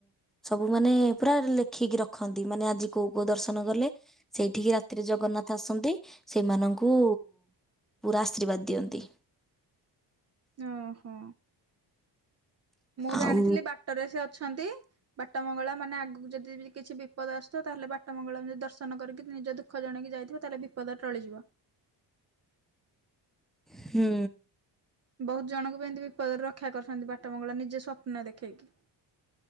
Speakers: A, in the centre; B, on the right (about 35°).
A: ସବୁ ମାନେ ପୁରା ଲେଖିକି ର ଖନ୍ତି ମାନେ ଆଜି କୋଉ କୋଉ ଦର୍ଶନ କଲେ ସେଇଠିକି ରାତିରେ ଜଗନ୍ନାଥ ଆସନ୍ତି ସେମାନଙ୍କୁ ପୁରା ଆଶୀର୍ବାଦ ଦିଅନ୍ତି।
B: ଓହୋ। ମୁଁ
A: ଆଉ
B: ଜାଣିଥିଲି ବାଟରେ ସେ ଅଛନ୍ତି। ବାଟ ମଙ୍ଗଳା ମାନେ ଆଗକୁ ଯଦି କିଛି ବିପଦ ଆସଥିବ ତାହେଲେ ବାଟ ମଙ୍ଗଳାବୀ ଦର୍ଶନ କରିକି ନିଜ ଦୁଃଖ ଜଣେଇକି ଯାଇଥିବ ତାହେଲେ ବିପଦ ଟଳିଯିବ।
A: ହୁଁ।
B: ବୋହୁତ ଜଣଙ୍କୁ ବି ଏମିତି ବିପଦରୁ ରକ୍ଷା କରିଚନ୍ତି ବାଟ ମଙ୍ଗଳା ନିଜେ ସ୍ୱପ୍ନ ଦେଖେଇକି।